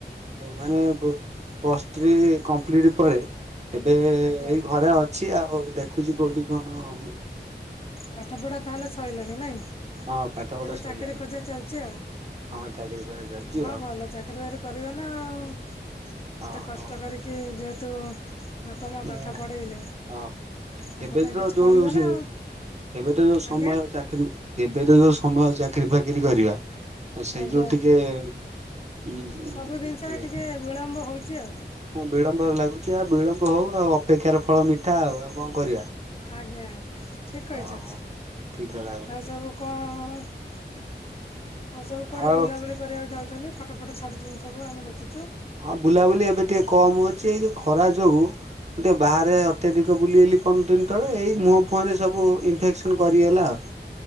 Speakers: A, on the right; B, on the left.
A: ମାନେ ବୁ ପସ୍ ଥ୍ରୀ କମ୍ପ୍ଲିଟ୍ ପରେ। ଏବେ
B: ଆଜ୍ଞା
A: ଏଇ ଘରେ ଅଛି ଆଉ ଦେଖୁଛି କୋଉଠି କଣ ହ
B: ପାଠ ପଢା ତାହେଲେ ସଇଲାଣି ନାଇଁ
A: ହଁ ପାଠ ପଢା
B: ଏବେ
A: ସରିଲାଣି।
B: ଚାକିରି ଖୋଜା ଚାଲିଚି ଆଉ।
A: ହଁ ଚାକିରି ଖୋଜା ଚାଲିଛି
B: ହଁ
A: ଆଉ।
B: ଭଲ ଚାକିରୀ ବାକିରି କରିବ ନା ଆଉ ଏତେ
A: ଓହୋ
B: କଷ୍ଟ କରିକି ଯେହେତୁ। ବାପା ମା
A: ନା
B: ପାଠ ପଢ଼େଇଲେ
A: ହଁ
B: ତାଙ୍କ
A: ଏବେ
B: ପାଇଁ
A: ତ
B: କିଛି
A: ଯୋଉ
B: କରିବ
A: ସେ
B: ନା ଆଉ।
A: ଏବେ ତ ଯୋଉ ସମୟ
B: ଆଜ୍ଞା
A: ଚାକିରୀ ଏବେ ତ ଯୋଉ ସମୟ ଚାକିରି ଫାକିରି କରିବା। ଆଉ ସେଇ
B: ଆଜ୍ଞା
A: ଯୋଉ ଟିକେ ହୁଁ ହୁଁ
B: ସବୁ ଜିନିଷରେ
A: ଏଠେ ହଁ
B: ଟିକେ ବିଳମ୍ବ ହଉଛି ଆଉ
A: ବିଳମ୍ବରେ ଲାଗୁଚି ଆଉ ବିଳମ୍ବ ହଉ ଆଉ ଅପେକ୍ଷାର ଫଳ ମିଠା ଆଉ ଆଉ କଣ କରିବା।
B: ଆଜ୍ଞା ଆଜ୍ଞା ଠିକ କହିଚନ୍ତି
A: ଓହୋ ଠିକ କଥା
B: ଆଉ ସବୁ କଣ? ଆଉ ସବୁ କୁଆଡେ
A: ଆଉ
B: ବୁଲାବୁଲି କରିବାକୁ ଯାଉଚନ୍ତି ଫଟୋ ଫଟ ଛାଡୁଛନ୍ତି ସବୁ ଆମେ ଦେଖୁଚୁ।
A: ହଁ ବୁଲାବୁଲି ଏବେ ଟିକେ କମ ହଉଛି ଏଇ ଯୋଉ ଖରା ଯୋଗୁ। ଗୋଟେ ବାହାରେ ଅତ୍ୟଧିକ ବୁଲିଗଲି ପନ୍ଦର ଦିନ ତଳେ ଏଇ ମୁହଁ ଫୁହଁରେ ସବୁ ଇନଫେକ୍ସନ କରିଗଲା ଆଉ।